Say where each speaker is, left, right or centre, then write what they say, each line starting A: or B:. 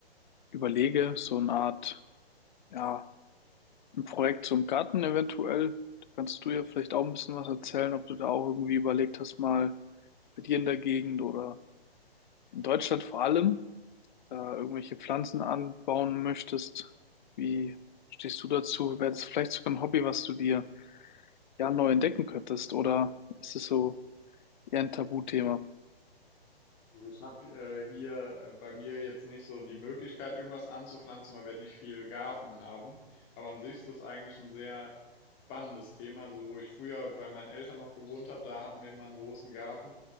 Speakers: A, on the left; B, on the left.
A: überlege, so eine Art, ja, ein Projekt zum Garten eventuell. Da kannst du ja vielleicht auch ein bisschen was erzählen, ob du da auch irgendwie überlegt hast, mal Bei dir in der Gegend oder in Deutschland vor allem, da irgendwelche Pflanzen anbauen möchtest, wie stehst du dazu? Wäre das vielleicht sogar ein Hobby, was du dir ja neu entdecken könntest? Oder ist es so eher ein Tabuthema?
B: Also Ich habe äh, hier äh, bei mir jetzt nicht so die Möglichkeit, irgendwas anzupflanzen, weil wir nicht viel Garten haben. Aber an sich ist das eigentlich ein sehr spannendes Thema. Also wo ich früher bei meinen Eltern noch gewohnt habe, da hatten wir immer einen großen Garten